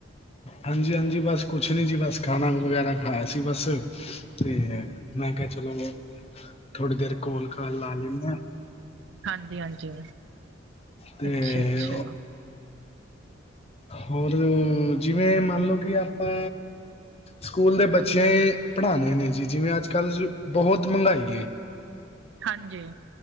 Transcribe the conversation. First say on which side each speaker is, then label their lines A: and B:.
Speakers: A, on the left; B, on the right.
A: ਹਾਂਜੀ-ਹਾਂਜੀ, ਬਸ ਕੁਛ ਨੀ ਜੀ ਬਸ ਖਾਣਾ ਵਗੈਰਾ ਖਾਇਆ ਸੀ ਬਸ ਤੇ। ਮੈਂ ਕਿਹਾ ਚਲੋ ਥੋੜ੍ਹੀ ਦੇਰ ਕੋਲ ਲਾ ਲੈਂਦੇੇ ਆ।
B: ਹਾਂਜੀ-ਹਾਂਜੀ,
A: ਤੇ
B: ਅੱਛਾ-ਅੱਛਾ।
A: ਹੋਰ, ਜਿਵੇਂ ਕਿ ਮੰਨਲਓ ਕਿ ਆਪਾਂ। ਸਕੂਲ ਚ ਬੱਚੇ ਪੜਾਉਣੇ ਨੇ ਜੀ ਜਿਵੇਂ ਅੱਜ ਕੱਲ੍ਹ ਬਹੁਤ ਮਹਿੰਗਾਈ ਹੈ।
B: ਹਾਂਜੀ।